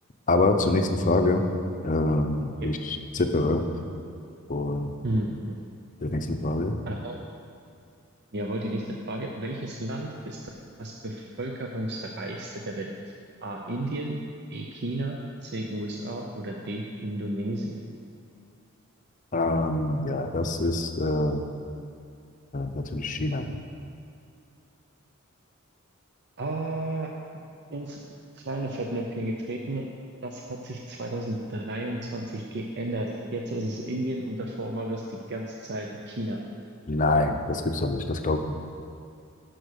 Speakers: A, on the left; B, on the right.
A: Aber zur nächsten Frage. Ähm,
B: Ja.
A: ich zittere vor
B: Mhm.
A: der nächsten Frage.
B: Ähm, Jawohl, die nächste Frage. Welches Land ist das bevölkerungsreichste der Welt? A. Indien, B. China, C. USA oder D. Indonesien?
A: Ähm, ja, das ist äh, äh, natürlich China.
B: Ah, ins kleine Fettnäpfchen getreten. Das hat sich 2023 geändert. Jetzt ist es Indien und davor war es die ganze Zeit China.
A: Nein, das gibt's doch nicht. Das glaubt nicht.